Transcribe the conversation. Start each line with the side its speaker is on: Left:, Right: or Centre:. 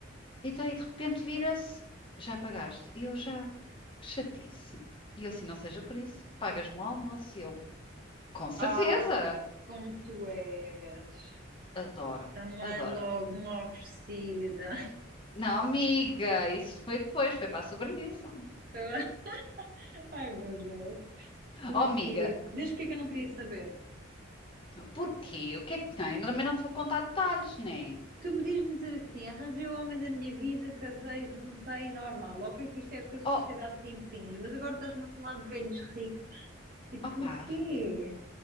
Left: Então aí de repente vira-se, já pagaste, E eu já, que chatice. E eu assim, não seja por isso, pagas-me o almoço, e ele, com certeza,
Right: Ai, como tu és.
Left: adoro,
Right: Também
Left: adoro.
Right: logo uma oferecida.
Left: Não, amiga, isso foi depois, foi para a sobremesa.
Right: <laughs> Ai, meu Deus. Porquê?
Left: Oh, amiga,
Right: Desde porque é que eu não queria saber?
Left: porquê? O que é que tem? Eu Também não te vou contar detalhes, né?
Right: Tu podias-me dizer assim, arranjei o homem da minha vida, casei, juntei, normal. Ok, que isto é o que a sociedade
Left: Oh,
Right: te impinge, mas agora estás-me a falar de velhos ricos. E porquê?
Left: opá,